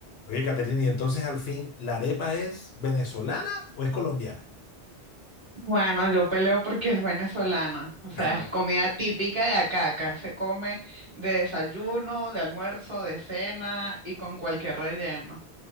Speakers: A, on the left (about 75°); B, on the right (about 25°).
A: Oye, Caterina, y entonces al fin, ¿la arepa es venezolana o es colombiana?
B: Bueno, yo peleo porque es venezolana, o sea,
A: Ah.
B: es comida típica de acá, acá se come de desayuno, de almuerzo, de cena y con cualquier relleno.